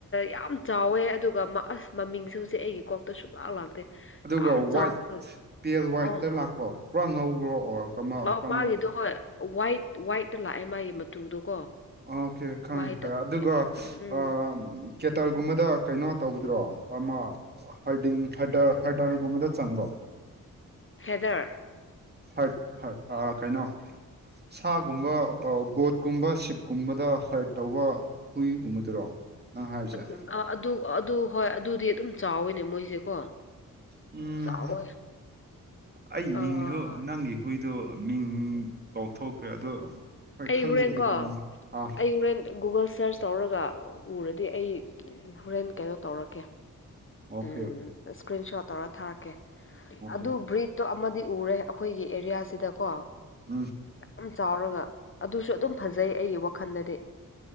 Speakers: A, on the left; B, on the right.
A: ꯌꯥꯝ ꯆꯥꯎꯋꯦ ꯑꯗꯨꯒ ꯑꯁ ꯃꯃꯤꯡꯁꯨ ꯍꯧꯖꯤꯛ ꯑꯩꯒꯤ ꯀꯣꯛꯇ ꯁꯨꯡꯛꯂꯥꯛ ꯂꯥꯛꯇꯦ
B: ꯑꯗꯨꯒ
A: ꯌꯥꯝ ꯆꯥꯎꯔꯒ
B: ꯋꯥꯏꯠ ꯄꯦꯜ ꯋꯥꯏꯠꯇ
A: ꯑꯧ
B: ꯂꯥꯛꯄ꯭ꯔꯣ ꯄꯨꯔꯥ ꯉꯧꯕ꯭ꯔꯣ ꯑꯣꯔ ꯀꯝꯕ
A: ꯑꯧ
B: ꯀꯔꯝꯕ
A: ꯃꯥꯒꯤꯗꯣ ꯍꯣꯏ ꯋꯥꯏꯠ ꯋꯥꯏꯠꯇ ꯂꯥꯛꯑꯦ ꯃꯥꯒꯤ ꯃꯇꯨꯗꯣꯀꯣ
B: ꯑꯣꯀꯦ ꯈꯪꯉꯦ
A: ꯋꯥꯏꯠꯇ
B: ꯈꯔ ꯑꯗꯨꯒ
A: ꯌꯥꯝ ꯎꯝ
B: ꯑꯥ ꯀꯦꯇꯜꯒꯨꯝꯕꯗ ꯀꯩꯅꯣ ꯇꯧꯕꯗꯨꯔꯣ ꯑꯃ ꯍꯥꯢꯗꯤꯡ ꯍꯥꯢꯗꯔꯒꯨꯝꯕꯗ ꯆꯟꯕ꯭ꯔꯣ <inaudible>
A: ꯍꯦꯗꯔ
B: ꯍꯣꯏ ꯍꯣꯏ ꯑꯥ ꯀꯩꯅꯣ ꯁꯥꯒꯨꯝꯕ ꯒꯣꯠꯀꯨꯝꯕ ꯁꯤꯞꯀꯨꯝꯕꯗ ꯍꯔꯠ ꯇꯧꯕ ꯍꯨꯏꯒꯨꯝꯕꯗꯨꯔꯣ ꯅꯪ ꯍꯥꯏꯔꯤꯁꯦ
A: ꯑꯗꯨ ꯑꯗꯨ ꯑꯗꯨ ꯍꯣꯏ ꯑꯗꯨꯗꯤ ꯑꯗꯨꯝ ꯆꯥꯎꯋꯤꯅꯦ ꯃꯣꯏꯁꯦꯀꯣ
B: ꯎꯝ
A: ꯆꯥꯎꯋꯦ
B: ꯑꯩ
A: ꯑꯥ
B: ꯃꯤꯡꯁꯨ ꯅꯪꯒꯤ ꯍꯨꯏ ꯑꯗꯨ ꯃꯤꯡ ꯀꯥꯎꯊꯣꯛꯈ꯭ꯔꯦ ꯑꯗꯣ ꯍꯣꯏ
A: ꯑꯩ
B: ꯈꯪꯕꯕꯨꯗꯤ
A: ꯍꯣꯔꯦꯟ ꯀꯣ
B: ꯈꯪꯉꯤ ꯑꯥ
A: ꯑꯩ ꯍꯣꯔꯦꯟ ꯒꯨꯒꯜ ꯁꯔꯁ ꯇꯧꯔꯒ ꯎꯔꯗꯤ ꯑꯩ ꯍꯣꯔꯦꯟ ꯀꯩꯅꯣ ꯇꯧꯔꯛꯀꯦ
B: ꯑꯣꯀꯦ
A: ꯎꯝ
B: ꯑꯣꯀꯦ
A: ꯏꯁꯀ꯭ꯔꯤꯟ ꯁꯣꯠ ꯇꯧꯔ ꯊꯥꯔꯛꯀꯦ
B: ꯑꯣꯀꯦ
A: ꯑꯗꯨ ꯕ꯭ꯔꯤꯗ ꯇꯣ ꯑꯃꯗꯤ ꯎꯔꯦ ꯑꯩꯈꯣꯏꯒꯤ ꯑꯦꯔꯤꯌꯥ ꯁꯤꯗꯀꯣ
B: ꯎꯝ
A: ꯌꯥꯝ ꯆꯥꯎꯔꯒ ꯑꯗꯨꯁꯨ ꯑꯗꯨꯝ ꯐꯖꯩ ꯑꯩꯒꯤ ꯋꯥꯈꯜꯗꯗꯤ